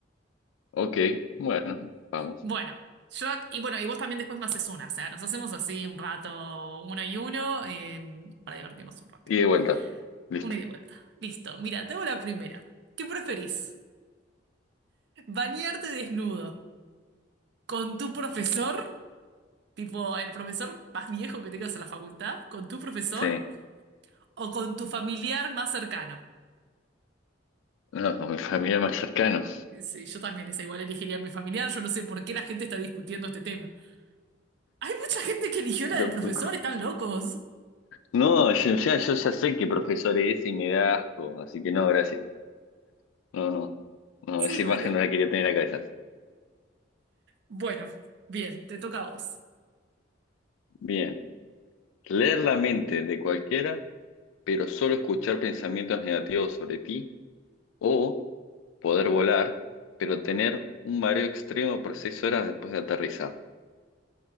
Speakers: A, on the left; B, on the right.
A: Ok, bueno, vamos.
B: Bueno, yo y bueno, y vos también después me haces una, o sea, nos hacemos así un rato, uno y uno, eh, para divertirnos un rato.
A: Y de vuelta. Listo.
B: Una y de vuelta. Listo, mira, te hago la primera. ¿Qué preferís? ¿Bañarte desnudo con tu profesor? Tipo, el profesor más viejo que tengas en la facultad, con tu profesor
A: Sí.
B: o con tu familiar más cercano.
A: No, <laughs> con mi familia más cercana.
B: Sí, yo también esa igual elegiría a mi familiar. Yo no sé por qué la gente está discutiendo este tema. Hay mucha gente que eligió la
A: Tampoco.
B: del profesor, están locos.
A: No, yo ya, yo ya sé que profesor es y me da asco, así que no, gracias. No, no. No,
B: Sí,
A: esa
B: bueno.
A: imagen no la quería tener en la cabeza.
B: Bueno, bien, te toca a vos.
A: Bien. Leer la mente de cualquiera, pero solo escuchar pensamientos negativos sobre ti, o poder volar, pero tener un mareo extremo por seis horas después de aterrizar.